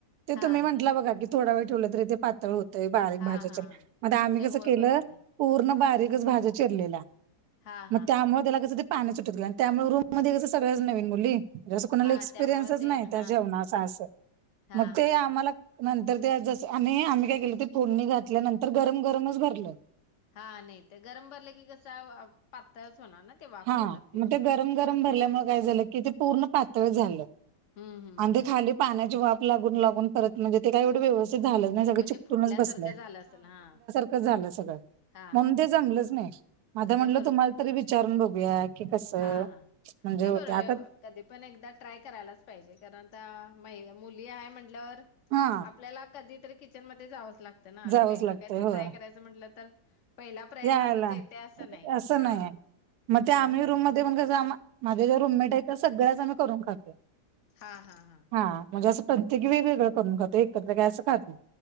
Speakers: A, on the right; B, on the left.
A: ते
B: हा
A: तुम्ही
B: हा
A: म्हटलं बघा की थोडा वेळ ठेवलं तर ते पात होतय बारीक
B: हा
A: भाज्या
B: हा
A: चिर,
B: हा
A: मग आम्ही
B: नाही
A: कसं
B: होय
A: केलं,
B: बरोबर आहे
A: पूर्ण बारीकच भाज्या चिरलेल्या.
B: हा
A: मग
B: हा
A: त्यामुळ
B: हा
A: त्याला कसं ते पाण्या सुटल आणि त्यामुळे रूम मध्ये कस सगळ्याच नवीन मुली म्हणजें कोणाला
B: हा
A: एक्सपिरियन्सच
B: त्यामुळे ते
A: नाही
B: हा
A: त्या जेवणाचा असं,
B: हा
A: मग ते
B: हा
A: आम्हाला
B: हा
A: नंतर ते जस आणि आम्ही काय केलं ते फोडणी घातल्या नंतर गरम- गरमच भरलं.
B: हा नाही, ते गरम भरले की कसं, पातळच होणार ना. ते वाफेनं
A: हा
B: पीठ
A: मग ते गरम गरम भरल्यामुळे काय झालं की ते पूर्ण पातळ झालं.
B: हम्म हम्म
A: आणि
B: हम्म
A: ते खाली पाण्याची वाफ लागून, लागून परत म्हणजे ते काय एवढे व्यवस्थित झालं.
B: म्हणजे
A: <unintelligible> चीकटुन
B: फुटल्यासारखं
A: च बसलाय
B: झालं असेल हा
A: झालं सगळं
B: हा
A: म्हणून
B: हा
A: ते
B: हा
A: जमलंच नाही आता म्हटलं
B: नाही बरोबर
A: तुम्हाला
B: आहे
A: तरी विचारून बघूया. क कसं
B: हा हा
A: म्हणजे
B: नाही
A: हो
B: बरोबर
A: ते आटत
B: आहे. कधी पण एकदा ट्राय करायलाच पाहिजे, कारण आता म मुली आहे म्हटल्यावर,
A: हा
B: आपल्याला कधीतरी किचनमध्येध्ये जावंच लागतं ना, आणि
A: जावंच
B: वेगळं
A: लागतंय
B: काहीतरी
A: हो
B: ट्राय करायचं म्हटलं तर, पहिला प्रयत्नातच
A: यायला
B: येते असं नाही.
A: असं
B: हा
A: नाही आहे मग
B: हम्म
A: आम्ही रूम मध्ये ते पण कसं माझ्या ज्या रुमेट आहे, त्या सगळ्याच आम्ही करून खातो.
B: हा हा हा
A: हा म्हणजे असं प्रत्येकी वेगवेगळं करून खातो, एकत्र ग असं खात नाही.